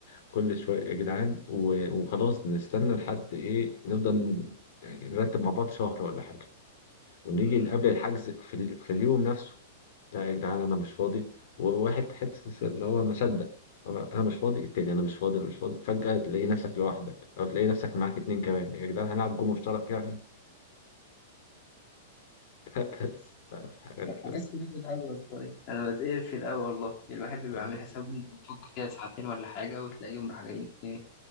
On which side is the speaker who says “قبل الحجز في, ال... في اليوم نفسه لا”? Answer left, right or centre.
Left